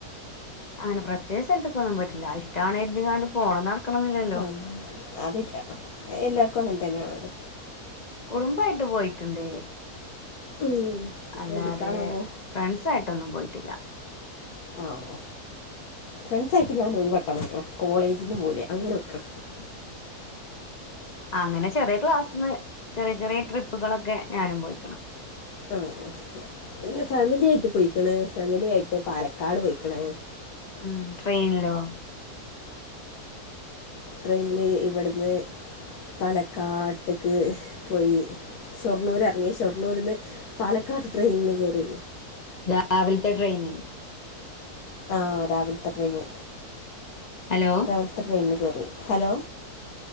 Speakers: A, on the left; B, on the left.
A: അങ്ങനെ പ്രത്യേക സ്ഥലത്ത് കൊന്നും പോയിട്ടില്ല ഇഷ്ടമാണ് കെര്തീകാണ്ട് പോണം നടക്കണം എന്നില്ലല്ലോ?
B: ആഹ് അതില്ല എല്ലാർക്കും അങ്ങനെ തന്നെയാല്ലോ.
A: കുടുംബയിട്ട് പോയിട്ടുണ്ട്.
B: ഉം.
A: അല്ലാതെ
B: എവിടക്കാണാവോ
A: ഫ്രണ്ട്സ ആയിട്ടൊന്നും പോയിട്ടില്ല.
B: ആഹ് ഫ്രണ്ട്സ ആയിട്ട് ഞാൻ ഒരു വട്ടം പോയിക്കണ് കോളേജിന്ന് പോവൂലെ അങ്ങനെ പോയിക്കണ്
A: ആഹ് അങ്ങനെ ചെറിയ ക്ലാസ്ന്ന് ചെറിയ ചെറിയ ട്രിപ്പുകളൊക്കെ ഞാനും പോയിക്കണ്.
B: ആഹ്. പിന്നെ ഫാമിലി ആായിട്ട് പോയിക്കണ് ഫാമിലി ആയിട്ട് പാലക്കാട് പോയിക്കണ്.
A: ഉം ട്രെയിനിലോ?
B: ട്രെയിൻല് ഇവിടുന്ന് പലക്കാട്ട്ക്ക് പോയി ഷൊർണ്ണൂർ എറങ്ങി ഷൊർണ്ണൂര്ന്ന് പാലക്കാട് ട്രെയിന് കേറി.
A: രാവിൽത്തെ ട്രെയിന്
B: ആഹ് രാവിൽത്തെ ട്രെയിന്
A: ഹലോ
B: രാവിൽത്തെ ട്രെയിൻല് കേറി ഹലോ